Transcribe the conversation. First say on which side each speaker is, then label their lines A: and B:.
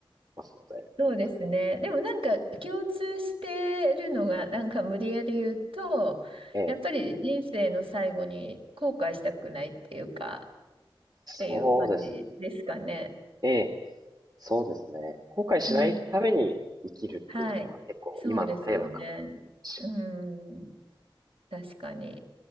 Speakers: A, on the right (about 45°); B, on the right (about 80°).
A: いますので、
B: そうですね。でもなんか共通してるのが、なんか無理やり言うと、
A: ええ、
B: やっぱり人生の最後に後悔したくないっていうか、っていう感じですかね。
A: そうですね。ええ、そうですね。後悔しないために生きるっていうのは結構今のテーマかも
B: うん。はい。そうですよね。
A: しれない。
B: うん。確かに。